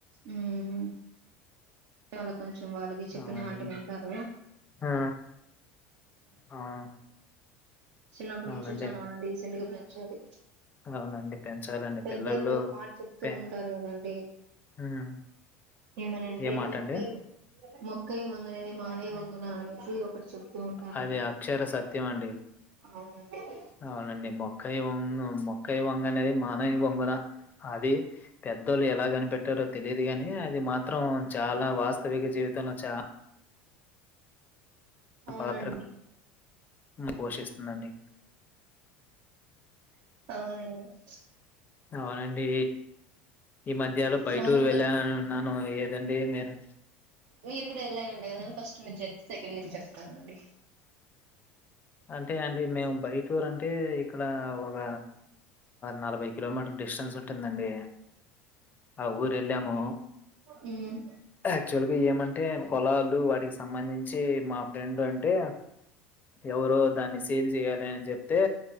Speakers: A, on the right; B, on the left.
A: హమ్ వాళ్ళ కొంచెం వాళ్ళకి చెప్పిన
B: అవునండి
A: మాట వింటారు
B: ఆ అవును
A: చిన్నప్పటి
B: అవునండి
A: నుంచి చా వాళ్ళు రీసెంట్ గా పెంచాలి
B: అవునండి పెంచాలండి
A: పెద్దలు
B: పిల్లలు
A: ఒక మాట చెప్తూ
B: పే
A: ఉంటారు కదండి
B: ఉమ్,
A: ఏమనంటే
B: ఏ మాట
A: మొక్క
B: అండి
A: మొ క్కై వంగనద మానే వంగున అనేసి ఒకటి చెప్తూ ఉంటారండి
B: అది అక్షర సత్యం అండి
A: అవునండి
B: అవునండి మొక్కయిొ కై వంగనే అది మాన వంగనా అది పెద్దోళ్ళు ఎలా కనిపెట్టారో తెలియదు గాని అది మాత్రం చాలా వాస్తవిక జీవితంలో చాలా
A: అవునండి
B: పాత్ర పోషిస్తుందండి
A: అవునండి
B: అవునండి ఈ మధ్య్లో బయటూరు
A: మా అందుకే
B: వెళ్ళలని నను ఏదండి మీరు
A: మీరు కూడా వెళ్ళారంట కదని ఫస్ట్ మీరు చెప్తే సెకండ్ నుంచి చెప్తానండి
B: అంటే అండి మేము బై టూర్ అంటే ఇక్కడ ఒక నలభై కిలోమీటర్ డిస్టెన్స్ ఉంటుందండి ఆ ఊరు వెళ్ళాము
A: మ్మ్
B: యాక్చువల్గా ఏమంటే పొలాలు వాటికి సంబంధించి మా ఫ్రెండ్ అంటే ఎవరో దాన్ని సీల్ చేయాలి అని చెప్తే